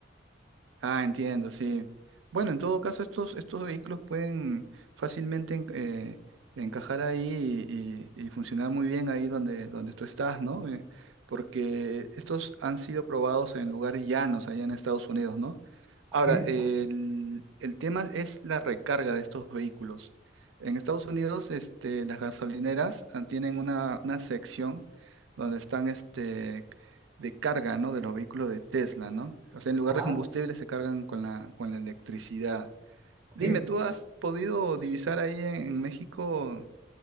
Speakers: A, on the right; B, on the right.
A: Ah, entiendo, sí. Bueno, en todo caso, estos, estos vehículos pueden fácilmente en- eh, encajar ahí y, y- y funcionar muy bien ahí donde, donde tú estás, ¿no? Eh, porque estos han sido probados en lugares llanos allá en Estados Unidos, ¿no?
B: Ok,
A: Ahora, el, el tema es la recarga de estos vehículos. En Estados Unidos, este, las gasolineras ah, tienen una, una sección donde están este, de carga, ¿no? De los vehículos de Tesla, ¿no? O sea, en lugar
B: Ajá,
A: de combustible se cargan con la, con la electricidad.
B: ok.
A: Dime, ¿tú has podido divisar ahí en, México